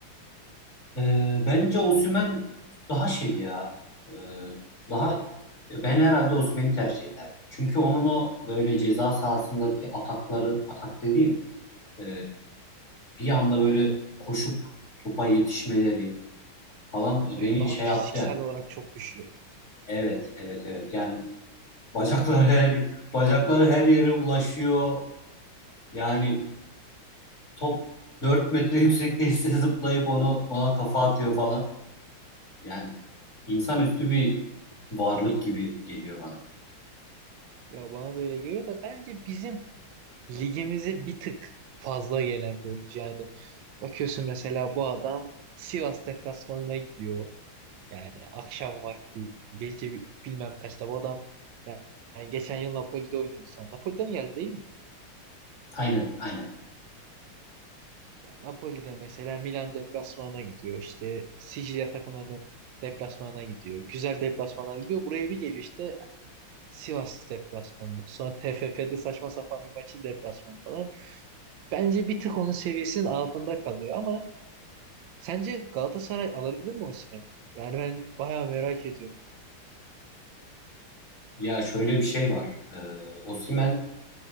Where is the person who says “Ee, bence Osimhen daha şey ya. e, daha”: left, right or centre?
Left